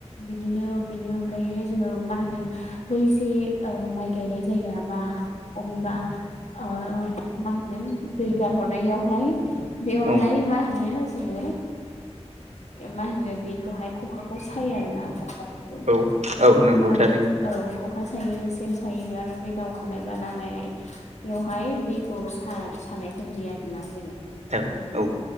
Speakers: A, on the left; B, on the right.
A: बिदिनो बेनि अनगायैहाय जोङो मा होनो बैसे ओ माइ गायनाय जायगा बा अबेबा। ओं मा होनो दै गारहरनायावहाय बेवहाय
B: औ
A: मा होनो जोङो मा होनो बेखौहाय खखाखौ सायो आरो ना खखा। ओमफ्राय
B: औ औ नंगौ
A: खखानि
B: थारैनो
A: औ खखा सायो सेन थायो आरो बे दावखानाय बा नामायनाय। बेवहाय दैखौ सानायखौ नुयो आरोना जोङो।
B: औ।
A: माने
B: औ